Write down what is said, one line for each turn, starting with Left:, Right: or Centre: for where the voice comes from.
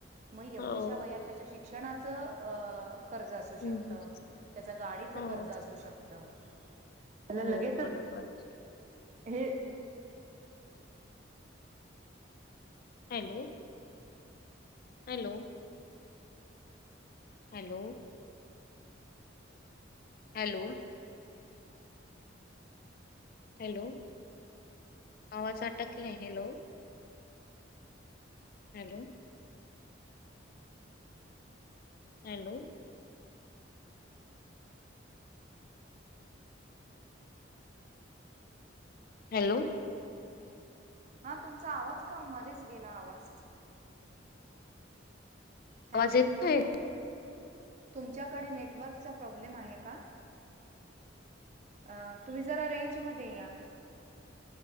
Right: मग एवढुशा
Left: हो,
Right: वयात शिक्षणाचा अ कर्जा असू
Left: हं,
Right: शकतं,
Left: हं,
Right: त्याचं गाडीचं
Left: हो,
Right: कर्जा असू शकतं त्याला
Left: हो
Right: लगेचच
Left: बरोबर.
Right: हे
Left: hello hello hello hello hello आवाज अटकलाय हॅलो. हॅलो हॅलो हॅलो
Right: हा तुमचा आवाज का मध्येच गेला आवाज हॅलो.
Left: आवाज येतोय
Right: तुमच्याकडे नेटवर्कचा प्रॉब्लेम आहे का? अ तुम्ही जरा रेंजमध्ये या.